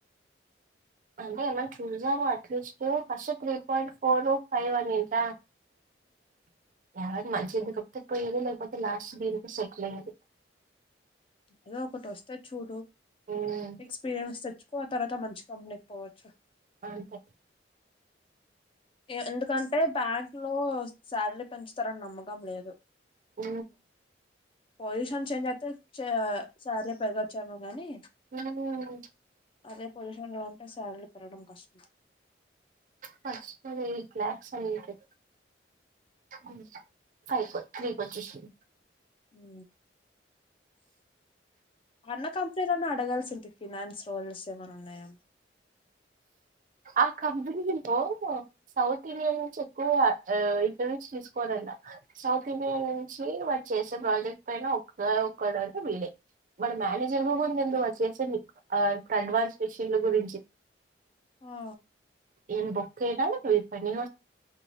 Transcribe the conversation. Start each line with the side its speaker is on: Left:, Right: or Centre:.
Right: అంటే ఏమన్నా చూసాము at least first three point four five అనింట ఎవ మంచిది కప్తే పోయది లేకపోతే లాస్ట్ దీనికి సెటిల్ అయ్యేది
Left: ఏదో ఒకటి వస్తే చూడు
Right: ఉమ్
Left: ఎక్స్పీరియన్స్ తెచ్చుకో ఆ తర్వాత మంచి కంపెనీకి పోవచ్చు
Right: అంతే
Left: ఎందుకంటే బ్యాంక్ లో శాలరీ పెంచుతారని నమ్మకం లేదు
Right: ఊ
Left: పొల్యూషన్ చేంజ్ అయితే చ సాలరీ పెరగొచ్చేమో గానీ
Right: ఉమ్,
Left: అదే పొసిషన్ లో ఉంటే శాలరీలు పెరగడం కష్టం
Right: ఫస్ట్ ఎయిట్ లక్స్ ఐతాయ్ ఊ ఫైవ్ కొ త్రీ కొచ్చేసింది
Left: ఊ అన్న కంపెనీలోను అడగాల్సింటి ఫినాన్స్ రోల్స్ ఏమన ఉన్నాయా
Right: ఆ కంపెనీ లో సౌత్ ఇండియాన్ నుంచి ఎక్కువ ఆ ఇంటర్వ్యూస్ తీసుకోవాలన్నా సౌత్ ఇండియన్ చి వాడు చేసే ప్రాజెక్ట్ పైన ఒక ఒక్కడంటే వీడే మన మేనేజర్ కూడా ఎందు వచ్చేసింది ఆ కండువా స్పెషల్లా గురించి
Left: ఆ
Right: ఎం బొక్కెనా పని